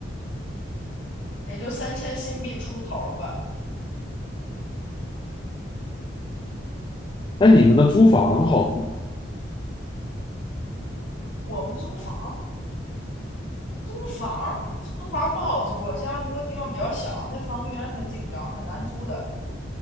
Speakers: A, on the left; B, on the left.
A: 也就三千新币出头儿吧。
B: 哎，你们的租房子好租？
A: 我们租房，租房，租房不好租，新加坡地方比较小，那房源很紧张，很难租的。